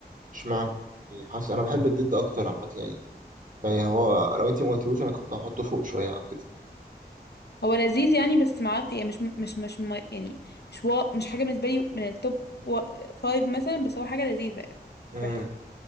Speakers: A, on the right; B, on the left.
A: إشمعنى يعني حاسس أنا بحب الضد أكتر عامة يعني يعني هو لو أنت ما قلتيهوش أنا كنت هحطه فوق شوية عن كده
B: هو لذيذ يعني بس مع يعني مش مش مش م- يعني مش وا... مش حاجة بالنسبة لي من التوب وا- فايف مثلا بس هو حاجة لذيذة يعني مش
A: أمم
B: وحشة